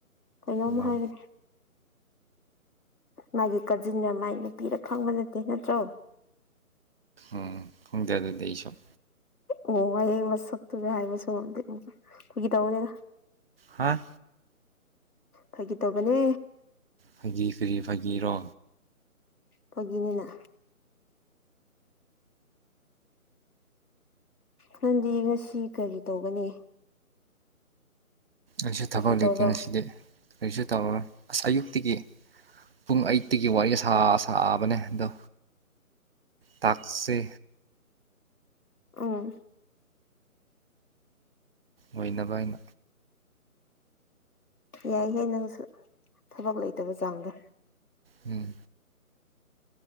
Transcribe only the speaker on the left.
ꯀꯩꯅꯣꯝ
ꯍꯥꯏꯕꯅꯤ ꯃꯥꯒꯤ ꯀꯖꯤꯟꯅ ꯃꯥꯏ ꯅꯨꯄꯤꯔ ꯈꯪꯕ ꯅꯠꯇꯦ ꯅꯠꯇ꯭ꯔꯣ
ꯑꯣ ꯍꯌꯦꯡ ꯃꯁꯛꯇꯨꯁꯨ ꯍꯥꯏꯕꯁꯨ ꯉꯝꯗꯧ ꯐꯥꯒꯤ ꯇꯧꯕꯅꯤꯅ
ꯐꯥꯒꯤ ꯇꯧꯕꯅꯦ꯫
ꯐꯒꯤꯅꯤꯅ꯫ ꯅꯪꯗꯤ ꯉꯁꯤ ꯀꯔꯤ ꯇꯧꯒꯅꯤ?
ꯀꯩꯁꯨ
ꯇꯧꯔꯣꯏ
ꯎꯝ
ꯌꯥꯏꯍꯦ ꯅꯪꯁꯨ ꯊꯕꯛ ꯂꯩꯇꯕ ꯆꯥꯡꯗꯣ꯫